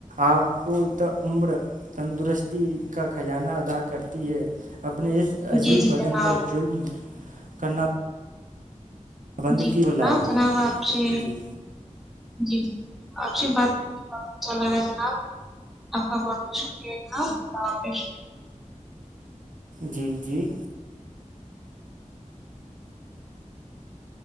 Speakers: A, on the right; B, in the centre.
A: آپ کو تا عمر تندرستی کا خزانہ ادا کرتی ہے اپنے اس عجیب
B: جی جی
A: بدن
B: جناب
A: کا ظلم کرنا بند
B: جی
A: کی
B: جی جناب
A: لائیے
B: جناب آپ سے
A: جی
B: جی آپ سے بات کر کے بہت اچھا لگا جناب آپ کا بہت بہت شکریہ خدا حافظ
A: جی جی